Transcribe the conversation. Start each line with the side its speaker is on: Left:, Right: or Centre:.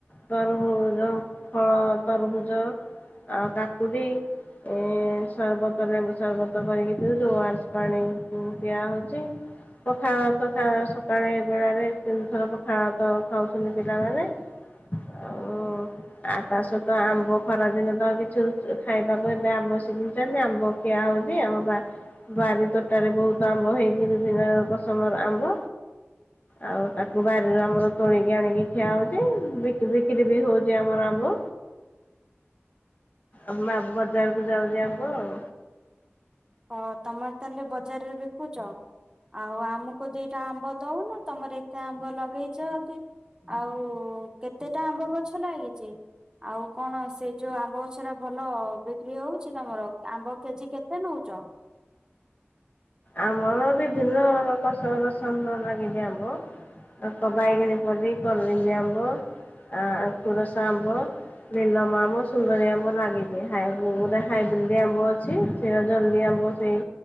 Left: ତରଭୁଉ ଫଳ ତରଭୁଜ ଆ କାକୁଡି। ଏଁ ସର୍ବତ ଲେମ୍ବୁ ସର୍ବତ କରିକି ପିଉଚୁ ଓୟାର୍ସ ପାଣି ପିଆହଉଚି। ପଖାଳ ଭାତ ସକାଳେ ବେଳାରେ ତିନିଥର ପଖାଳ ଭାତ ତ ଖାଉଛନ୍ତି ପିଲାମାନେ। ଓ ଆଉ ତା ସହିତ ଆମ୍ବ ଖରା ଦିନ ତ କିଛି ରୁଚୁ ଖାଇବାକୁ ଏବେ ଆବ୍ୟ ଜିନ ଆମ୍ବ ଖିଆ ହଉଛି ଆମ ବା ବାରି ତୋଟାରେ ବହୁତ ଆମ୍ବ ହେଇଛି ବିଭିନ୍ନ କସମର ଆମ୍ବ। ଆଉ ତାକୁ ବାରିରୁ ଆମର ତୋଳିକି ଆଣିକି ଖିଆ ହଉଛି ବିକ୍ରି ବି ହଉଛି ଆମର ଆମ୍ବ। ଆମ ଆମ୍ବ ବଜାରକୁ ଯାଉଛି ଆମ୍ବ ଆଉ।
Right: ହ ତମର ତାଲେ ବଜାରରେ ବିକୁଚ ଆଉ ଆମୁକୁ ଦିଟା ଆମ୍ବ ଦଉନ। ତମର ଏତେ ଆମ୍ବ ଲଗେଇଚ ଯଦି ଆଉ କେତେଟା ଆମ୍ବ ଗଛ ଲାଗିଚି? ଆଉ କଣ ସେଇ ଯୋଉ ଆମ୍ବ ଗଛରା ଭଲ ବିକ୍ରି ହଉଚି ତମର ଆମ୍ବ କେଜି କେତେ ନଉ ଚ।
Left: ଆମର ବିଭିନ୍ନ ପସମ ରସମ ର ଲାଗିଚି ଆମ୍ୱ। ତାର ତ ବାଇଗଣି ପଲ୍ଲି, କଲିମ୍ବି ଆମ୍ୱ ଆ କୋରସ ଆମ୍ୱ। ନିଲମ ଆମ୍ୱ ସୁନ୍ଦରୀ ଆମ୍ବ ନାଗିଚି ହାଏ କୋଉ ଗୁଡା ହାଇବ୍ରିଡି ଆମ୍ବ ଅଛି। ସେଇଟା ଜଲଦି ଆମ ମ୍ୱ ସେଇ